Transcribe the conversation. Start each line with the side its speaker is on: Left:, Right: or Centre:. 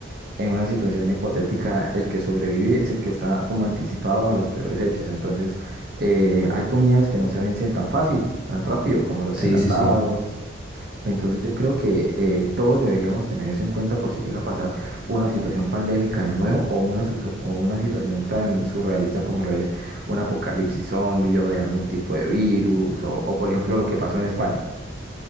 Right: en una situación hipotética, el que sobrevive es el que está como anticipado a los peores hechos. Entonces, eh, hay comidas que no se vencen tan fácil, tan rápido, como los
Centre: Sí,
Right: enlatados,
Centre: sí, sí.
Right: Entonces yo creo que eh, todos deberíamos tener eso en cuenta por si llega a pasar una situación pandémica de nuevo o una, sus- o una situación tan surrealista como lo es un apocalipsis zombie o de algún tipo de virus o, o por ejemplo lo que pasó en España.